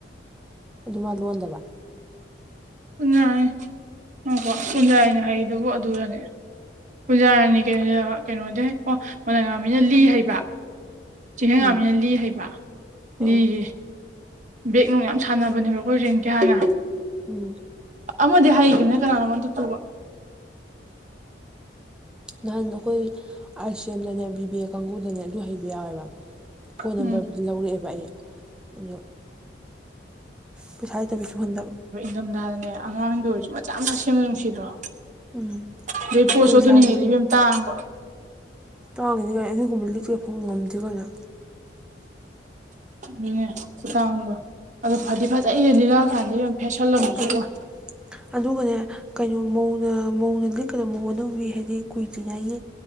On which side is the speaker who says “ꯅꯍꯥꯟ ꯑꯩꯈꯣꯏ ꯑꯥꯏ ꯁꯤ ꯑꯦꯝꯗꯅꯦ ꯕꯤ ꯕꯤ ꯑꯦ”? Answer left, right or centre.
Centre